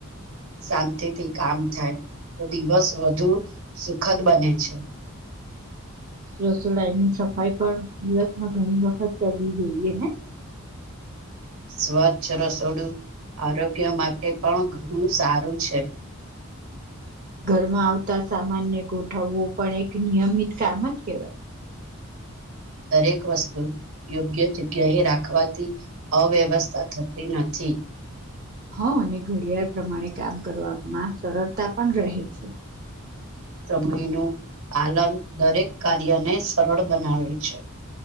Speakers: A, on the right; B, on the right.
A: શાંતિથી કામ થાય. તો દિવસ વધુ સુખદ બને છે.
B: રસોડાની સફાઈ પણ દિવસમાં ઘણી વખત કરવી જોઈએ ને
A: સ્વચ્છ રસોડું આરોગ્ય માટે પણ બો સારું છે.
B: ઘરમાં આવતા સામાનને ગોઠવવું પણ એક નિયમિત કામ જ કેહેવાય
A: દરેક વસ્તુ યોગ્ય જગ્યાએ રાખવાથી અવ્યવસ્થા થ તી નથી
B: હ અને ઘડિયાળ પ્રમાણે કામ કરવામાં સરળતા પણ રહે છે.
A: સમયનું પાલન દરેક કાર્યને સરળ બનાવે છે.